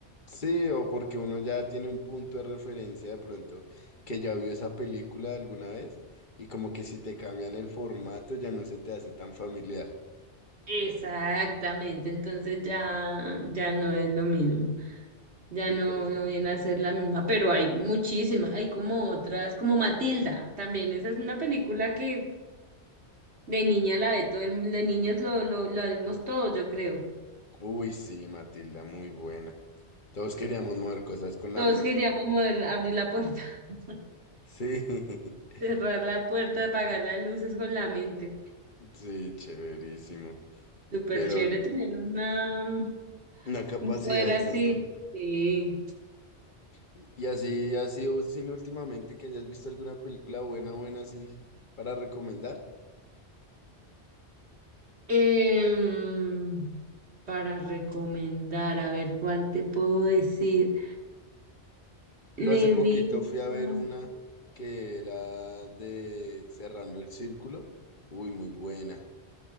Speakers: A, on the left (about 45°); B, on the right (about 70°).
A: sí, o porque uno ya tiene un punto de referencia de pronto que ya vio esa película alguna vez y como que si te cambian el formato ya no se te hace tan familiar.
B: Exactamente, entonces ya, ya no es lo mismo. Ya
A: Me
B: no
A: parece.
B: viene a ser la misma, pero hay muchísimas, hay como otras, como Matilda, también esa es una película que de niña la ve todo el mundo, de niños lo, lo, lo vimos todos, yo creo.
A: Uy, sí, Matilda, muy buena. Todos queríamos mover cosas con la
B: Todos
A: mente.
B: queríamos moverla, abrir la puerta, <laughs>
A: Sí, <laughs>
B: cerrar la puerta, apagar las luces con la mente.
A: sí, chéverísimo.
B: Súper
A: Pero
B: chévere tener una,
A: una capacidad
B: un poder
A: de
B: así.
A: esas, ¿no?
B: Sí.
A: Y y así, así, o sin últimamente que hayas visto alguna película buena, buena, así, para recomendar.
B: Em, para recomendar, a ver cuál te puedo decir.
A: Yo
B: Me
A: hace poquito
B: vi una.
A: fui a ver una que era de Cerrando el Círculo. Uy, muy buena.